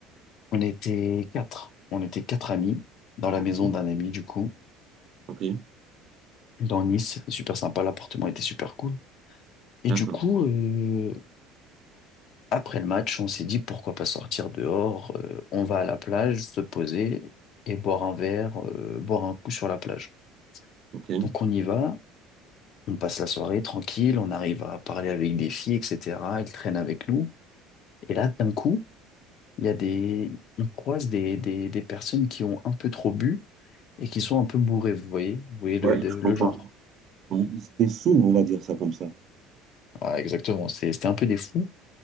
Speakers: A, on the left; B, on the right.
A: On était quatre. On était quatre amis dans la
B: OK.
A: maison d'un ami, du coup,
B: OK.
A: dans Nice. C'était super sympa. L'appartement était super cool. Et
B: D'accord.
A: du coup, euh, après le match, on s'est dit pourquoi pas sortir dehors. euh, on va à la plage, se poser et boire un verre, euh, boire un coup sur la plage.
B: OK.
A: Donc on y va. On passe la soirée tranquille. On arrive à parler avec des filles, etc. Elles traînent avec nous. Et là, d'un coup, il y a des, on croise des, des des personnes qui ont un peu trop bu et qui sont un peu bourrés, vous voyez, vous voyez
B: Ouais,
A: le, de-
B: je
A: le
B: comprends.
A: genre.
B: Oui, il était sourd, on va dire ça comme ça.
A: Ah, exactement, c'est- c'était un peu des fous.